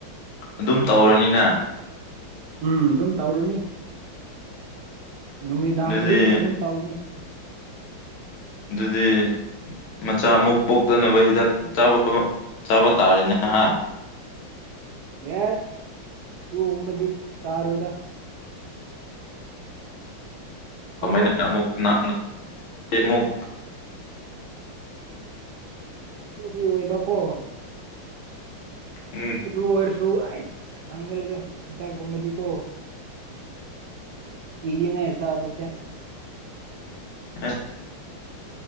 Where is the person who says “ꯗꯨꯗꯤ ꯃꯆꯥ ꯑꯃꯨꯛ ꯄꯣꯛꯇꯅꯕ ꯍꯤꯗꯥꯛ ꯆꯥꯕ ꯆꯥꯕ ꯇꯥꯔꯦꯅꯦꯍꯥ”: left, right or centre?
Left